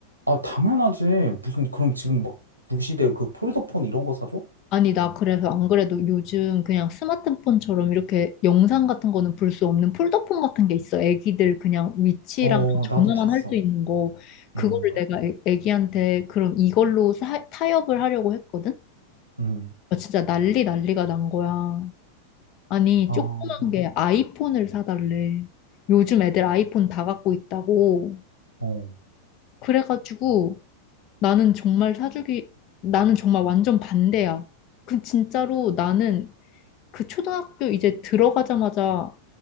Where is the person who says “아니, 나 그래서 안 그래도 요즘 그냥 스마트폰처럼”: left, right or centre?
Left